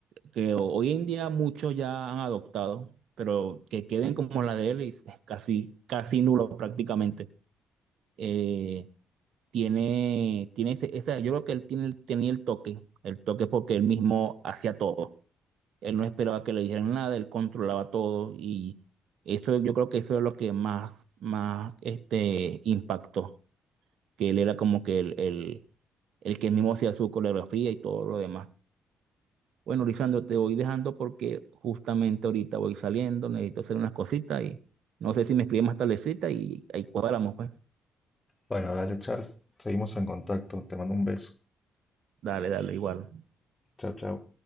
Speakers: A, on the right (about 70°); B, on the left (about 25°).
A: que hoy en día muchos ya han adoptado, pero que queden como la de él y es casi, casi nulo prácticamente. Eh, tiene, tiene ese, esa- yo creo que él tiene, el- tenía el toque, el toque porque él mismo hacía todo. Él no esperaba que le dijeran nada, él controlaba todo y eso yo creo que eso es lo que más, más este, impactó, que él era como que el, el, el que mismo hacía su coreografía y todo lo demás. Bueno, Lisandro, te voy dejando porque justamente ahorita voy saliendo, necesito hacer unas cositas y no sé si me escribes más tardecita y ahí cuadramos, pues.
B: Bueno, dale Charles, seguimos en contacto. Te mando un beso.
A: Dale, dale, igual.
B: Chao, chao.